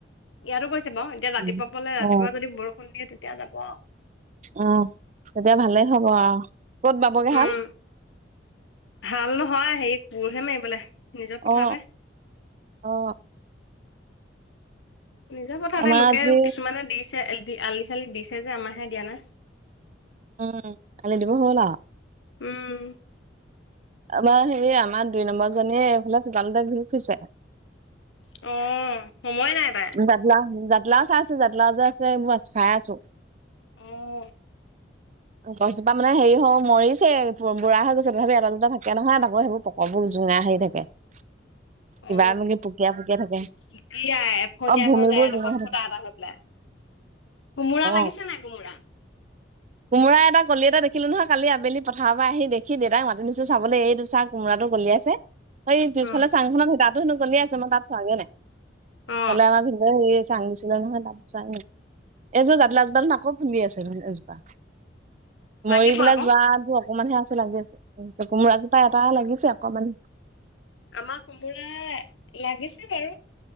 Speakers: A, on the left (about 80°); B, on the right (about 40°).
A: ইয়াতো কৰিছে বাৰু এতিয়া
B: জানো
A: ৰাতিপুৱা পালে ৰাতিপুৱা
B: অ
A: যদি বৰষুণ দিয়ে তেতিয়া যাব আৰু।
B: অ' তেতিয়া ভালেই হব আৰু। ক'ত পাবগে
A: উম'
B: হাল
A: ভাল নহয় হেৰি পোৰহে মাৰিবলে। নিজৰ
B: অ,
A: পথাৰতে
B: অ, অ।
A: নিজৰ কথাতে
B: আমাৰ
A: লোকে,
B: আজি
A: কিছুমানে দিছে। দি আলি চালি দিছে যে, আমাৰ হে দিয়া নাই।
B: উম আলি দিব হ'ল আৰু।
A: উম।
B: আমাৰ হেৰি, আমাৰ দুই নম্বৰ জনীয়ে এইফালে চোকালতে ঘূৰি ফুৰিছে।
A: অ'। সময় নাই তাই
B: জাতিলাও জাতিলাও চাই আছে, জাতিলাও যে আছে মই চাই আছো।
A: উম',
B: গছজোপা মানে হেৰি হ মৰিছে। বুঢ়া হৈ গৈছে তথাপি, এটা দুটা থাকে নহয় তাকো সেইবোৰ প্ৰকবোৰ। জোঙা হেৰি থাকে। কিবা
A: অ
B: নেকি পুকিয়াই পুকিয়াই থাকে।
A: এতিয়াই, এফলীয়া
B: অ ভূমিবোৰ
A: হৈ যায় এডোখৰ
B: জোঙা হৈ
A: ফুটা
B: থাকে
A: এটা হৈ পেলাই। কোমোৰা
B: অ
A: লাগিছে নাই কোমোৰা।
B: কোমৰা এটা কলি এটা দেখিলো নহয় কালি আবেলি পথাৰৰ পৰা আহি দেখি দেউতাক মাতি নিছো চাবলৈ এইটো চা কোমোৰাটো কলিয়াছে। সেই পিছফালে
A: উম
B: চাংখনত ফুটা হেনো কলিয়াইছে মই তাত চোৱাগে নাই।
A: অ
B: সিফালে আমাৰ দিব হি। চাং দিছিলে নহয়, তাত চোৱাগেই এইযোৰ জাতিলাউ জোপা আকৌ ফুলি আছে ন এজোপা।
A: লাগিব
B: মৰি পেলাই
A: আকৌ
B: যোৱাটো অকণমানহে আছে লাগি আছে। কোমোৰা জো। এটা-এটা লাগিছে, অকমান।
A: আমাৰ কোমোৰা, লাগিছে বাৰু।